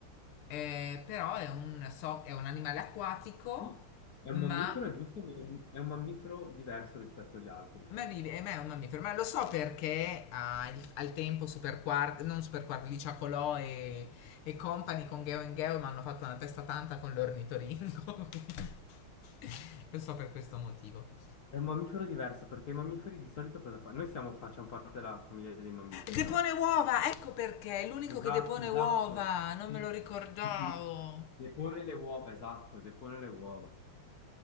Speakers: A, on the left; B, on the left.
A: eh, però è un, so- è un animale acquatico,
B: Sì, È
A: ma
B: un mammifero, è giusto, ma è un è un mammifero diverso rispetto agli altri.
A: Ma vive, eh, ma è un mammifero, ma lo so perché ha il- al tempo Super Quark, non Super Quark, Licia Colò e, e Company con Geo and Geo mi hanno fatto una testa tanta con l'ornitoringo. <laughs> lo so per questo motivo.
B: È un mammifero diverso perché i mammiferi di solito cosa fanno? Noi siamo, facciamo parte della famiglia dei mammiferi,
A: Depone
B: no?
A: uova, ecco perché, è l'unico
B: Esatto,
A: che depone uova,
B: esatto.
A: non
B: Sì,
A: me lo ricordavo.
B: sì, sì. Depone le uova, esatto, depone le uova.